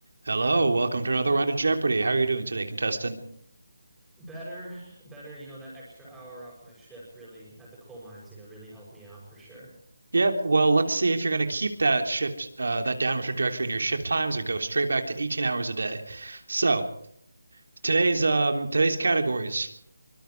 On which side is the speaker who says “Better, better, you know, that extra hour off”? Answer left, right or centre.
Centre